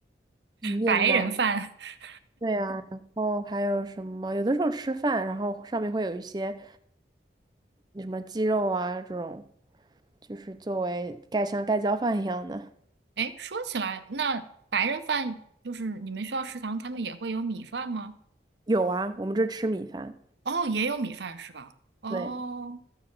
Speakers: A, on the right; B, on the right.
A: 意面呐。
B: 白人饭。<laughs>
A: 对呀，然后还有什么？有的时候吃饭，然后上面会有一些什么鸡肉啊，这种就是作为盖像盖浇饭一样的。
B: 哎，说起来，那白人饭就是你们学校食堂他们也会有米饭吗？
A: 有啊，我们这吃米饭，
B: 哦，也有米饭是吧？哦
A: 对，